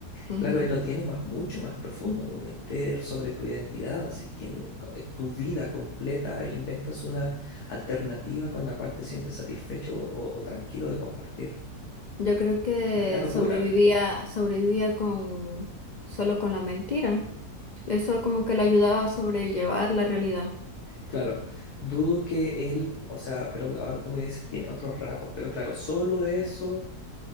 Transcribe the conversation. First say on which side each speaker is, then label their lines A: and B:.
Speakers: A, on the left (about 45°); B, on the left (about 70°).
A: Ujú.
B: Claro, él lo tiene más, mucho más profundo, por meter sobre tu identidad, así quien, tu vida completa, inventas una alternativa con la cual te sientes satisfecho o, o tranquilo de compartir.
A: Yo creo que
B: La media locura,
A: sobrevivía, sobrevivía con solo con la mentira. Eso como que lo ayudaba a sobrellevar la realidad.
B: claro, dudo que él, o sea, pero ahora tú me dices, tiene otros rasgos, pero claro, solo eso